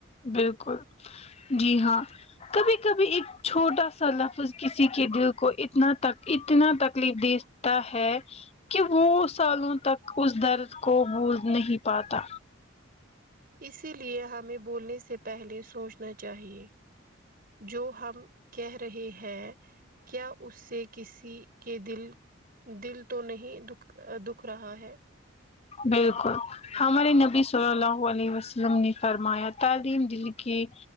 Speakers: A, on the left (about 30°); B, on the right (about 45°).
A: بالکل جی ہاں کبھی کبھی ایک چھوٹا سا لفظ کسی کے دل کو اتنا تک اتنا تکلیف دے تا ہے کہ وہ سالوں تک اس درد کو بھول نہیں پاتا
B: اسی لیے ہمیں بولنے سے پہلے سوچنا چاہیے جو ہم کہہ رہے ہیں کیا اس سے کسی کے دل دل تو نہیں دکھ۔ دکھ رہا ہے
A: بالکل ہمارے نبی صلی اللہ علیہ وسلم نے فرمایا تعلیم دل کے